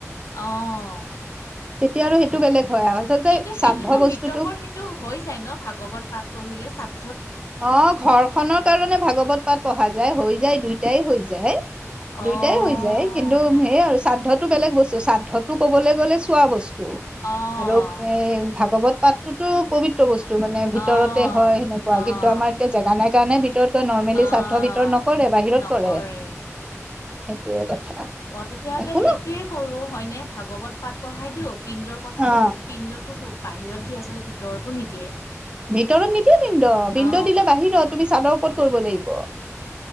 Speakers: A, on the left; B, on the right.
A: অঁ
B: তেতিয়া আৰু সেইটো বেলেগ হয় আৰু। আচলতে
A: কিন্তু সেইটোতো
B: শ্ৰাদ্ধ বস্তুটো
A: মৃতকৰ সেইটো হৈ যায় ন ভাগৱত পাঠ পঢ়ি িলে চাদ
B: অ ঘৰখনৰ কাৰণে ভাগৱত পাঠ পঢ়া যায় হৈ যায় দুইটাই হৈ যায়
A: অ',
B: দুইটাই হৈ যায় কিন্তু সেইয় আৰু শ্ৰাদ্ধতটো বেলেগ বস্তু শ্ৰাদ্ধতটো কবলৈ গ'লে চোৱা বস্তু
A: অ',
B: আৰু এ ভাগৱত পাঠটোতো পবিত্ৰ বস্তু মানে
A: অ',
B: ভিতৰতে
A: অ',
B: হয় সেনেক কিন্তু আমাৰ এতিয়া জেগা নাই কাৰণে ভিতৰতকৈ নৰ্মেলি
A: অ',
B: শ্ৰাদ্ধ ভিতৰত নকৰে বাহিৰত
A: নকৰে
B: কৰে সেইটোয়ে কথা
A: অ তেতিয়াাহ'লে
B: একো
A: সেইটোয়ে
B: ন
A: কৰো হয়নে ভাগৱত পাঠ পঢ়াই দিওঁ পিণ্ডৰ কথাটো
B: অ
A: সুধো পিণ্ডটো বাহিৰত দিয়ে আচলতে ভিতৰতো নিদিয়ে
B: ভিতৰত নিদিয়া বিড বিন্দ
A: অ
B: দিলে বাহিৰত তুমি চাদৰ ওপৰত কৰিব লাগিব